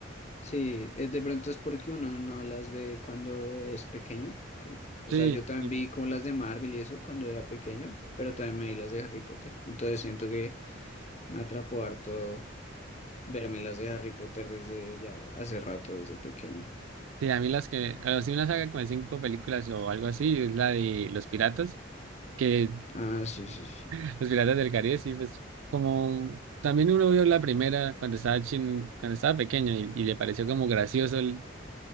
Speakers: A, on the left (about 35°); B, on the right (about 80°).
A: Sí, eh, de pronto es porque uno no las ve cuando es pequeño. Sí. O
B: Sí,
A: sea, yo también
B: sí,
A: vi como las de Marvel y eso cuando era pequeño, pero también me vi las de Harry Potter. Entonces siento que me atrapó harto verme las de Harry Potter desde ya hace rato, desde pequeño.
B: sí, a mí las que, a o sí, una saga con cinco películas o algo así, es la de Los Piratas, que
A: Ah, sí, sí, sí.
B: <laughs> Los Piratas del Caribe, sí, pues como también uno vio la primera cuando estaba chin, cuando estaba pequeño y, y le pareció como gracioso el